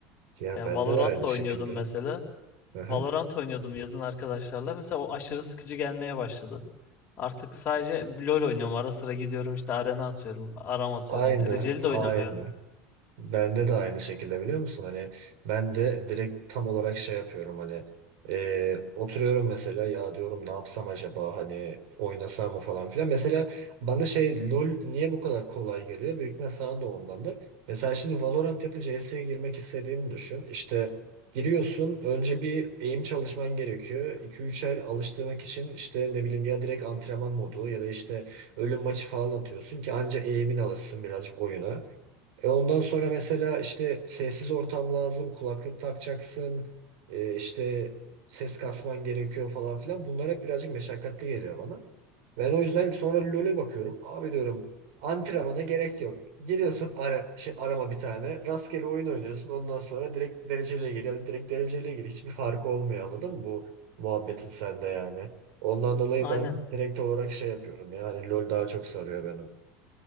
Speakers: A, on the right; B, on the left.
A: Ya
B: Yani
A: bende
B: Valorant
A: de aynı
B: da
A: şekilde.
B: oynuyordum mesela.
A: Aha.
B: Valorant oynuyordum yazın arkadaşlarla. Mesela o aşırı sıkıcı gelmeye başladı. Artık sadece LoL oynuyorum. Ara sıra gidiyorum işte arena atıyorum, aram atıyorum.
A: Aynı,
B: Dereceli
A: aynı.
B: de oynamıyorum.
A: Bende de aynı şekilde biliyor musun? Hani ben de direkt tam olarak şey yapıyorum hani e, oturuyorum mesela ya diyorum ne yapsam acaba hani oynasam mı falan filan. Mesela bana şey LoL niye bu kadar kolay geliyor? Büyük ihtimal sana da ondandır. Mesela şimdi Valorant ya da CS'ye girmek istediğini düşün. İşte giriyorsun önce bir eğim çalışman gerekiyor. iki üç el alıştırmak için işte ne bileyim ya direkt antrenman modu ya da işte ölüm maçı falan atıyorsun ki anca eğimin alışsın birazcık oyuna. E ondan sonra mesela işte sessiz ortam lazım, kulaklık takacaksın, e, işte ses kasman gerekiyor falan filan. Bunlar hep birazcık meşakkatli geliyor bana. Ben o yüzden sonra LoL'e bakıyorum. Abi diyorum antrenmana gerek yok. Geliyorsun ara, şey, arama bir tane. Rastgele oyun oynuyorsun. Ondan sonra direkt dereceliğe gir ya da direkt dereceliğe gir. Hiçbir farkı olmuyor anladın mı bu muhabbetin sende yani. Ondan dolayı
B: Aynen.
A: ben direkt olarak şey yapıyorum yani LoL daha çok sarıyor benim.